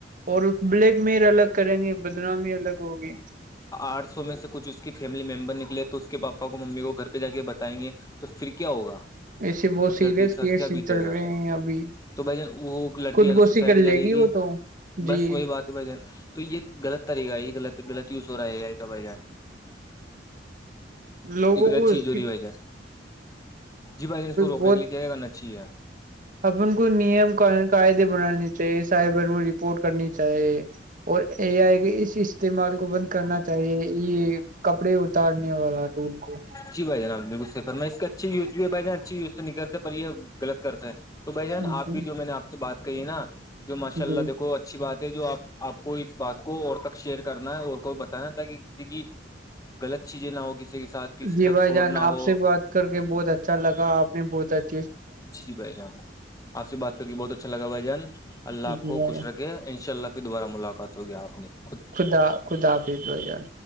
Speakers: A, on the right; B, on the left.
A: اور بلیک مئر الگ کریں گے بدنامی الگ ہوگی
B: آٹ سو میں سے کچھ اس کی فیملی ممبر نکلے تو اس کے پاپا کو ممی کو گھر پہ جا کے بتائیں گے تو پھر کیا ہوگا
A: ایسے بہت
B: اس
A: سیریس
B: لڑکی کے ساتھ
A: کیس
B: کیا بیتے
A: چل
B: گا
A: رہے ہیں ابھی
B: تو بھائی جن وہ لڑکی
A: خود
B: ہے تو
A: گوشی
B: سوسائڈ
A: کر لے
B: کرے گی
A: وہ تو جی
B: بس وہی بات بھائی جان تو یہ غلط طریقہ ہے یہغل غلط یوز ہو رہا ہے گ کا بھ جان
A: لوگوں
B: ایک با
A: کو
B: چیز
A: اس
B: جوریی
A: کی
B: ہوئے جائے جی بائی جان اس کو روکنے
A: بہت
B: کے لی کیا ہے کرنا اچاہی ہے
A: اپن کو نیم قائدے بنانے چاہیے سائبر میں رپورٹ کرنی چاہیے اور یہ آئے کہ اس استعمال کو کو بند کرنا چاہیے یہ کپڑے اتارنے والا ٹول کو
B: جی بھائی جنابالل سفر میں اس کا اچھی یوز بھی ہے بھائی جان اچھی یوز نہیں کرتے پر یہ غلط کرتا ہے تو بھائی جان
A: جی
B: آپ بھی جو میں نے آپ سے بات کر ہے نا جو ماشاء
A: جی
B: اللہ دیکو اچھی بات ہے جو آپ آپ کو اس بات کو اور تک شیئر کرنا ہے اور کو بتانا تاکہ کسی کی غط چیزیں نہ ہو کسی کے ساتھ کسی
A: جی
B: کے ساتھ
A: بھائی
B: فراڈ
A: جان
B: نہ
A: آپ
B: ہو
A: سے بات کر کے بہت اچھا لگا آپ نے بہت اچھا
B: جی بھ جان آپ سے بات کر کے بہت اچھا لگا بھ جان
A: جی
B: اللہ آپ کو
A: بھائی
B: خوش
A: جان،
B: رکھ ان شاء اللہ پھر دوبارہ ملاقات ہو گیا آپ نے
A: خدا خداف بھ جان